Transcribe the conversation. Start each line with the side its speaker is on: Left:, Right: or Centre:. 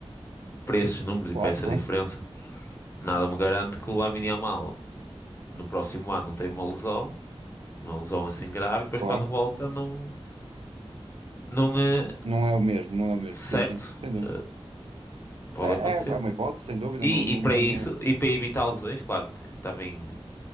Left: para esses números
Right: Claro,
Left: e para essa
Right: claro,
Left: diferença. Nada me garante que o Lamine Yamal no próximo ano não tenha uma lesão, uma lesão assim grave, e depois
Right: claro.
Left: quando volta não, não é
Right: Não é o mesmo, não é o mesmo.
Left: certo.
Right: Sim, sim, sem dúvida.
Left: Ah, pode
Right: É,
Left: acontecer.
Right: é, é uma hipótese, sem dúvida,
Left: E,
Right: não, não,
Left: e para
Right: não,
Left: isso,
Right: eh,
Left: e para evitar lesões, claro que também.